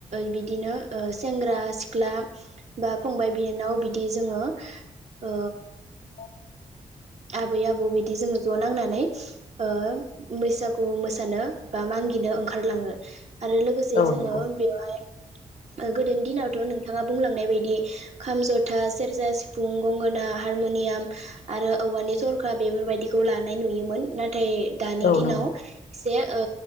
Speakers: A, on the right; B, on the left.
A: बिदिनो सेंग्रा सिख्ला बा फंबाय बियानाव बिदि जोङो ओ
B: <unintelligible>
A: आबै आबौ बिदि जोङो ज' नांनानै ओ बैसागु मोसानो बा मागिनो ओंखारलाङो आरो लोगोसे
B: औ
A: जोङो
B: नंगौ
A: बेवहाय गोदोनि दिनावथ' नों थाङा बुंलांनाय बायदि खाम जथा सेरजा सिफुं गंगोना हारमनियाम आरो औवानि थरखा बेफोरबायाददिखौ लानाय नुयोमोन नाथाय दानि
B: औ
A: दिनाव
B: नंगौ
A: एसे औ